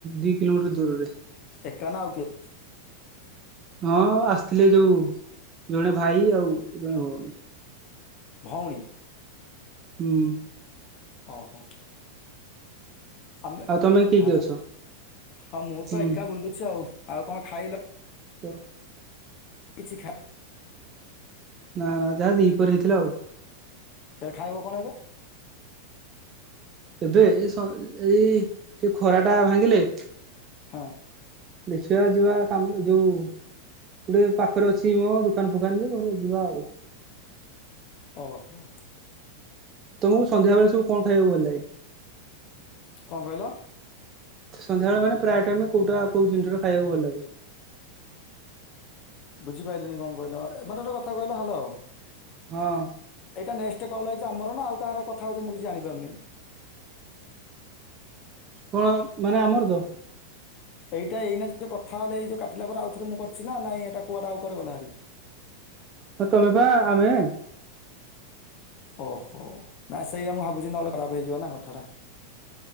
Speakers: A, on the right (about 30°); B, on the left (about 40°).
A: ଦି କିଲୋମିଟର ଦୂରରେ
B: ଏକ ନା ଆଉ କିଏ?
A: ହଁ ଆସିଥିଲେ ଯୋଉ ଜଣେ ଭାଇ ଆଉ ଜଣେ ଭଉଣୀ।
B: ଭଉଣୀ।
A: <inaudible>
B: ଓହୋ। ଆମେ
A: ଆଉ ତମେ କିଏ କିଏ
B: ହଲ
A: ଅଛ?
B: ହଁ ମୁଁ
A: ହୁଁ
B: ତ ଏକା ବୁଲୁଛି ଆଉ ଆଉ କଣ ଖାଇଲ।
A: <inaudible>
B: କିଛି ଖା
A: ନା ନା ଯାହା ଦିପରେ ହେଇଥିଲା ଆଉ।
B: ଫେରେ ଖାଇବ କଣ ଏବେ?
A: ଏବେ ଏ ଏଇ ଟିକେ ଖରା ଟା ଭାଙ୍ଗିଲେ
B: ହଁ।
A: ଦେଖିବା ଯିବା କାମ ଯୋଉ ଗୋଟେ ପାଖରେ ଅଛି ମୋ ଦୋକାନ ଫୋକାନ ଯେ ଭଲ ଯିବା ଆଉ।
B: ଓହୋ।
A: ତମକୁ ସନ୍ଧ୍ୟା ବଳେ ସୁବୁ କଣ ଖାଇବାକୁ ଭଲ ଲାଗେ?
B: କଣ କହିଲ?
A: ସନ୍ବେଳେ ମାନେ ପ୍ରାୟ ଟ ଆମେ କୋଉଟା କୋଉ ଜିନିଷା ଖାଇକୁ ଭଲ ଲାଗେ
B: ବୁଝିପାରିଲିନି କଣ କିଲ ଏ ମତେ ଗୋଟେ କହିଲ ହ୍ୟାଲୋ
A: ହଁ।
B: ଏଇଟା ନେକ୍ଟ କଲ୍ଛି ଆର ନା ଆଉ କାହାର କଥାଉଛି ମୁଁ କିଛି ଜଣିପାରୁନି।
A: କଣ ମାନେ ଆମର ତ।
B: ଏଇଟା ଏଇନା ଯେଉ କଥା ହେଇ ଯେଉଁାିଲା ପରେ ଆଉରେ ମୁଁ କରିଛି ନାଁ ଏଇଟା କୁଆଟା ଆଉୁକୁଆଡେ ଗଲାରି।
A: ହଁ ତମେ ବା ଆମେ
B: ଓହୋ ନାଇ ସେଇ ମୁଁ ଭାବୁଛି ନହେଲେ ଖରାପ ହେଇଯିବ ନା କଥାଟା।